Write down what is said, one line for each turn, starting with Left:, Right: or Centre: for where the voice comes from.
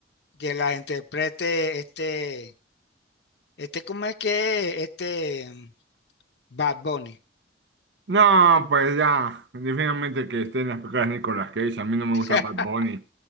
Left: que las interprete este, este, ¿cómo es que es? Este mm, Bad Bunny.
Right: No, pues ya, definitivamente que estén las películas de Nicolas Cage, a mí no me
Left: <laughs>
Right: gusta Bad Bunny.